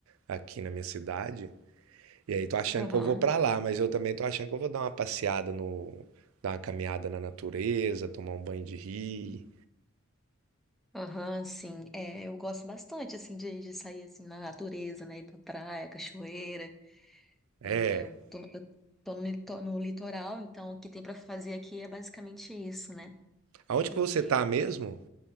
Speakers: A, on the right; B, in the centre.
A: aqui na minha cidade. E aí tô achando
B: Aham.
A: que eu vou pra lá, mas eu também tô achando que eu vou dar uma passeada no, dar uma caminhada na natureza, tomar um banho de rio.
B: Aham, sim. É, eu gosto bastante, assim, de, de sair, assim, na natureza, né? Ir pra praia, cachoeira.
A: É.
B: É, eu tô, eu tô no, li- tô no litoral, então o que tem pra fazer aqui é basicamente isso, né?
A: Aonde
B: E
A: que você tá mesmo?